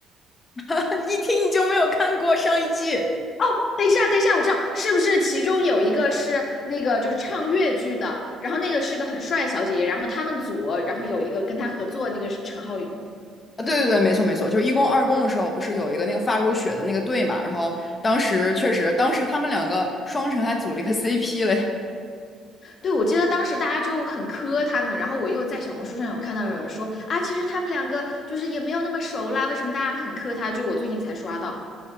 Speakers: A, on the left; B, on the left.
A: <laughs> 一听你就没有看过上一季。
B: 哦，等一下，等一下，我知道是不是其中有一个是那个就是唱越剧的，然后那个是个很帅的小姐姐，然后他们组，然后有一个跟他合作的那个是陈浩宇。
A: 啊，对对对，没错没错，就是一公二公的时候，不是有一个那个发如雪的那个队嘛？然后当时确实，当时他们两个双城还组了一个 CP 嘞。
B: 对，我记得当时大家就很磕他们，然后我又在小红书上有看到有人说啊，其实他们两个就是也没有那么熟啦，为什么大家很磕他？就我最近才刷到